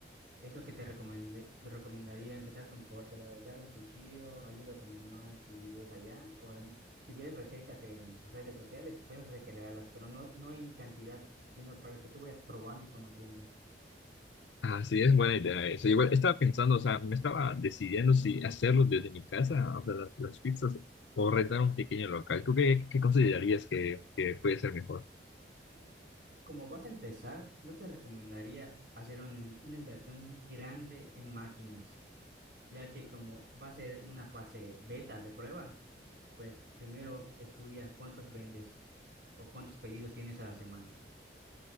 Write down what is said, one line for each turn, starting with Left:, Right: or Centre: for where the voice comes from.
Right: Es lo que te recomendé, te recomendaría empezar con cortes, agarrar un cuchillo, ayuda a tu mamá si ves allá, o en- si ves recetas en redes sociales, puedes recrearlas, pero no, no en cantidad, sino para que tú vayas probando y conociendo.
Left: Ah, sí, es buena idea eso. Igual estaba pensando, o sea, me estaba decidiendo si hacerlo desde mi casa, o sea, las, las pizzas, o rentar un pequeño local. ¿Tú qué, qué considerarías que, que puede ser mejor?
Right: Como vas a empezar, no te recomendaría hacer una, una inversión grande en máquinas, ya que como va a ser una fase beta de prueba, pues primero estudia cuántos vendes o cuántos pedidos tienes a la semana.